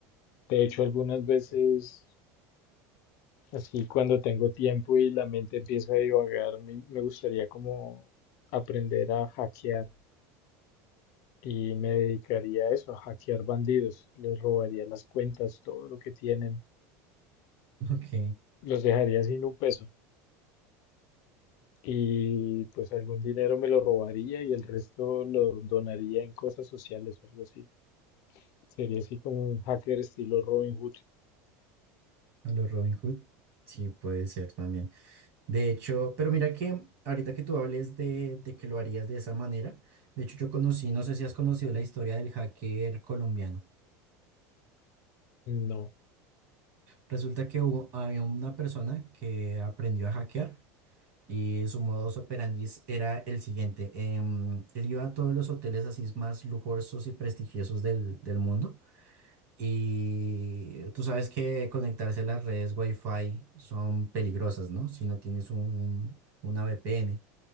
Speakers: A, on the left (about 45°); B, on the right (about 40°).
A: De hecho, algunas veces
B: Eh,
A: Así cuando tengo tiempo y la mente empieza a divagar, me, me gustaría como aprender a hackear y me dedicaría a eso, a hackear bandidos. Les robaría las cuentas, todo lo que tienen,
B: Ok,
A: los dejaría sin un peso y pues algún dinero me lo robaría y el resto lo donaría en cosas sociales o algo así. Sería así como un hacker estilo Robin Hood.
B: a los Robin Hood. Sí, puede ser también. De hecho, pero mira que ahorita que tú hables de, de que lo harías de esa manera, de hecho yo conocí, no sé si has conocido la historia del hacker colombiano.
A: No,
B: Resulta que hubo, había una persona que aprendió a hackear Y su modus operandi era el siguiente. em, él iba a todos los hoteles así más lujosos y prestigiosos del, del mundo. Y tú sabes que conectarse a las redes Wi-Fi son peligrosas, ¿no? Si no tienes un, una VPN.